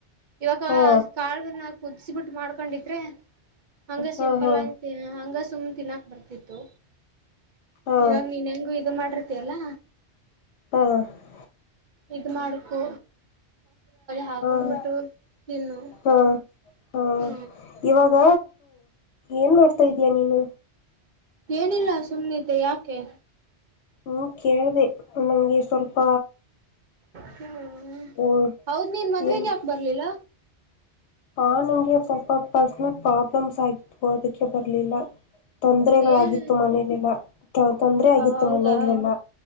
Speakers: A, on the right; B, on the left.
A: ಇವಾಗ
B: ಹಾ
A: ಕಾಳನ್ನ ಮಾಡ್ಕೊಂಡಿದ್ರೆ ಹಂಗ
B: ಹಾ
A: ಸಿಂಪಲ್
B: ಹಾ
A: ಆಗ ಹಂಗ ಸುಮ್ಮ್ನೆ ತಿನ್ನಾಕ್ ಬರ್ತಿತ್ತು
B: ಹಾ
A: ಇವಾಗ ನೀನ್ ಹೆಂಗು ಇದು ಮಾಡಿರ್ತಿಯಲ್ಲಾ.
B: ಹಾ
A: ಇದ ಮಾಡ್ಕು ಹಾಕೊಂಡ್ಬಿಟ್ಟು
B: ಹಾ
A: ತಿನ್ನು
B: ಹಾ ಹಾ
A: ಹ
B: ಇವಾಗ ಏನ್ ಮಾಡ್ತಾ ಇದಯ ನೀನು.
A: ಏನಿಲ್ಲ ಸುಮ್ಮ್ನಿದ್ದೆ ಯಾಕೆ.
B: ಹ್ಮ್ ಕೇಳ್ದ ನಮ್ಗೆ ಸ್ವಲ್ಪ.
A: ಹ್ಮ
B: ಓ
A: ಹೌದ್ ನೀನ್ ಮದ್ವೆೆಗೆ
B: ಏನ್
A: ಹಾಕ್ ಬರ್ಲಿಲ್ಲ.
B: ಆ ನಂಗೆ ಸ್ವಲ್ಪ ಪರ್ಸನಲ್ ಪ್ರಾಬ್ಲಮ್ಸ್ ಆಗಿದ್ವು ಅದಕ್ಕೆ ಬರ್ಲಿಲ್ಲ. ತೊಂದರೆಗಳಾಗಿತ್ತು
A: ಏನು
B: ಮನೇಲೆಲ್ಲ. ತೊಂದ್ರ ಆಗಿತ್ತು
A: ಹೌದಾ
B: ಮನೆಯಲೆಲ್ಲ